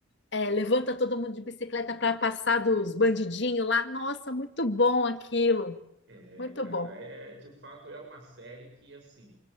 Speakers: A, on the left (about 55°); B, on the right (about 55°).
A: é, levanta todo mundo de bicicleta para passar dos bandidinhos lá. Nossa, muito bom aquilo.
B: É,
A: Muito
B: cara,
A: bom.
B: é de fato é uma série que assim,